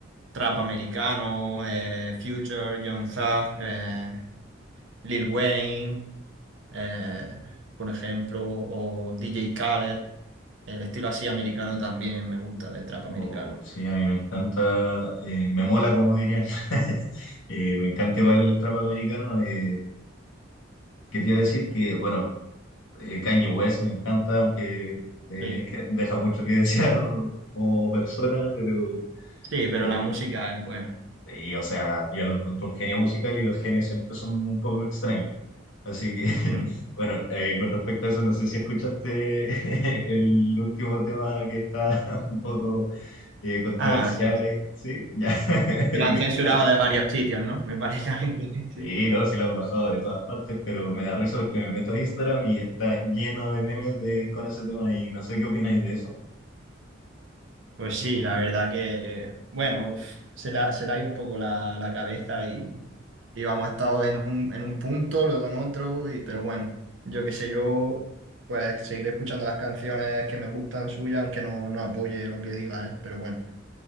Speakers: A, on the right; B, on the left.
A: trap americano, eh, Future, Young Thug, eh, Lil Wayne, eh, por ejemplo, o DJ Khaled. El estilo así americano también me gusta, de trap americano.
B: Oh, sí, a mí me encanta, eh, me mola, como dirían. <laughs> Eh, me encanta igual el trap americano. eh, ¿qué te iba a decir? Que, bueno, eh, Kanye West me encanta, aunque eh,
A: Sí,
B: que deja mucho que desear como persona, pero,
A: <laughs> sí, pero
B: pero
A: la música es buena.
B: sí, o sea, ya lo encontró un genio musical y los genios siempre son un poco extraños. Así que, <laughs>
A: Mm.
B: bueno, eh, con respecto a eso, no sé si escuchaste <laughs> el último tema que está <laughs> un poco eh, controversial
A: Ah, sí. sí.
B: ahí, ¿sí? Ya, <laughs>
A: Se la
B: ¿y
A: han
B: qué
A: censurado
B: opinas?
A: de varios sitios, ¿no? Me parece a mí. <laughs>
B: Sí, no, sí lo han bajado de todas partes, pero me da risa porque me meto a Instagram y está lleno de memes de, con ese tema y no sé qué opináis de eso.
A: Pues sí, la verdad que, bueno, uf, se la, se la hay un poco la, la cabeza y, y vamos, ha estado en un, en un punto, luego en otro, y, pero bueno, yo qué sé, yo pues seguiré escuchando las canciones que me gustan suyas, aunque no, no apoye lo que diga él, pero bueno,